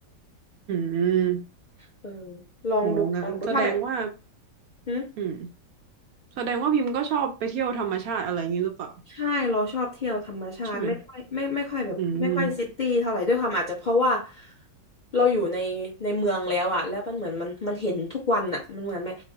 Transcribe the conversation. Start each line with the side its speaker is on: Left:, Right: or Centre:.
Right: อืม
Left: เออลองดูลองดูถ้าแบบ
Right: โอ้งั้นแสดงว่า
Left: หึ
Right: อืมแสดงว่าพิมพ์ก็ชอบไปเที่ยวธรรมชาติอะไรอย่างนี้หรือเปล่า
Left: ใช่เราชอบเที่ยวธรรมชาติไม่ค่อยไม่ไม่ค่อยแบบไม่ค่อยซิตี้เท่าไหร่ด้วยความอาจจะเพราะว่า
Right: ใช่ไหมอืม
Left: เราอยู่ในในเมืองแล้วอะแล้วมันเหมือนมันมันเห็นทุกวันอะมันเหมือนไหม